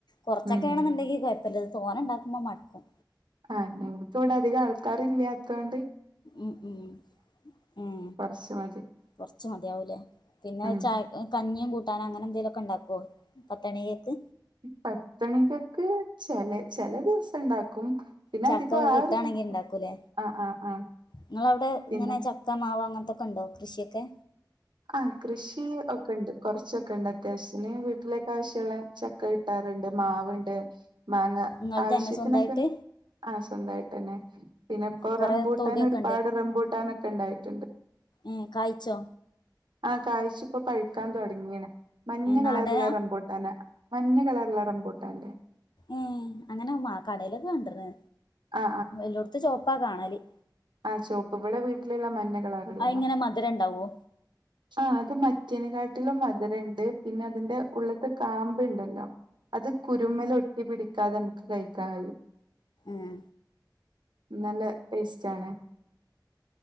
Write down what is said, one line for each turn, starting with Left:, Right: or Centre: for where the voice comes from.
Left: കൊറച്ചൊക്കെണ്
Right: ഉം
Left: ന്നുണ്ടെങ്കി കൊഴപ്പമില്ല ഇത് തോനെ ഇണ്ടാക്കുമ്പോ മടക്കും
Right: ആഹ് ഞങ്ങൾക്ക് ഇവിടെ അധികം ആൾക്കാർ ഇല്ലാതോൻണ്ട്
Left: ഉം ഉം ഉം
Right: കൊറച്ച് മതി
Left: കൊർച്ച് മതിയാവൂലേ പിന്നെ
Right: ഉം
Left: ചായ ഹ്കഞ്ഞിയും കൂട്ടാനും അങ്ങനെ എന്തേലൊക്കെ ഇണ്ടാക്കോ പത്ത്ണിയേക്ക്
Right: പത്ത്ണികക്ക് ചെലെ ചെലെ ദിവസം ഇണ്ടാക്കും പിന്നെ
Left: ചക്ക
Right: അധികം
Left: ഒക്കെ
Right: ആ
Left: കിട്ടാണെങ്കിൽ
Right: ഒരു
Left: ഇണ്ടാക്കും ലെ
Right: ആഹ് ആഹ് ആഹ്
Left: ഇങ്ങളെ അവടെ
Right: പിന്നെ
Left: ഇങ്ങനെ ച ത്ത മാവ് അങ്ങൻത്തൊക്കെ ഇണ്ടോ കൃഷിയെക്കെ
Right: ആഹ് കൃഷി ഒക്കെ ഇണ്ട് കൊർച്ചൊക്കെ ഇണ്ട് അത്യാവശ്യത്തിന് വീട്ടിലേക്ക ആവശ്യള്ളെ ച ക്ക ഇട്ടാറ്ണ്ട് മാവ്ണ്ട് മാങ്ങ
Left: നിങ്ങളത്
Right: ആവശ്യത്തിനെക്കെ
Left: തന്നെ സ്വന്തമായിട്ട്
Right: ആഹ് സ്വന്തായിട്ടെന്നെ പിന്നെ ഇപ്പോ
Left: കുറേ
Right: റംബൂട്ടാൻ
Left: തൊടിയൊക്കെ
Right: ഒരുപാട് റംബൂട്ടാനൊക്കെ ഇണ്ടായിറ്റ്ണ്ട്
Left: ഏഹ് കായിച്ചോ
Right: ആഹ് കായിച്ചു ഇപ്പൊ പഴ്ക്കാൻ തൊടങ്ങിണ് മഞ്ഞ
Left: നാടനാ
Right: കളറ്ള്ളെ റംബൂട്ടാനാ മഞ്ഞ കളറ്ള്ള റംബൂട്ടാൻ ഇല്ലേ
Left: ഏഹ് അങ്ങനെ മാ കടയിലൊക്കെ കണ്ട്റ്
Right: ആ
Left: എല്ലോട്ത്തും ചോപ്പാ കാണല്
Right: ആഹ് ചോപ്പ് ഇവെടെ വീട്ടില് ഇള്ള മഞ്ഞ കളറ്ള്ളതാ
Left: അത് ഇങ്ങനെ മധുരം ഉണ്ടാവോ
Right: ആഹ് അത് മറ്റേയ്നെ കാട്ടിലും മധുരം ഇണ്ട് പിന്നെ അതിന്റെ ഉള്ള്ത്തെ കാമ്പ് ഇണ്ടല്ലോ അത് കുരുമ്മെല് ഒട്ടി പിടിക്കാതെ ഞമ്മക്ക് കഴിക്കാൻ കഴിയും
Left: ഏഹ്
Right: ഇന്നെലെ ടേസ്റ്റാണ്